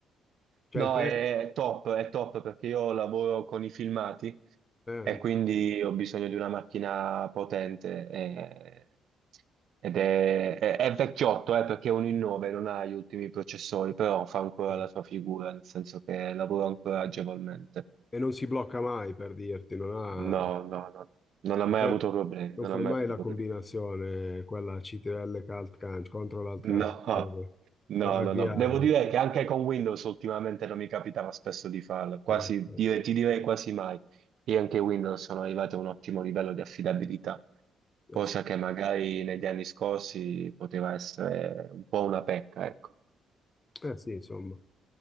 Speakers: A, on the left; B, on the right.
A: Cioè
B: No,
A: il pre-
B: è top, è top perché io lavoro con i filmati
A: eh,
B: E quindi ho bisogno di una macchina potente e- ed è, è- è vecchiotto, eh, perché è un i9, non ha gli ultimi processori, però fa ancora
A: ok.
B: la sua figura, nel senso che lavora ancora agevolmente.
A: e non si blocca mai per dirti, non ha...
B: No, no, no, non ha mai
A: fai,
B: avuto problemi,
A: non
B: non
A: fai
B: ha mai
A: mai
B: avuto
A: la
B: problemi.
A: combinazione, quella CTRL che alt canc, control alt
B: No,
A: canc, per,
B: no,
A: per avviare.
B: no, no. Devo dire che anche con Windows ultimamente non mi capitava spesso di farlo, quasi,
A: No, eh,
B: dire- ti direi quasi mai. Io anche Windows sono arrivato a un ottimo livello di affidabilità,
A: eh
B: cosa
A: sì,
B: che magari negli anni scorsi poteva essere un po' una pecca, ecco.
A: Eh sì, insomma.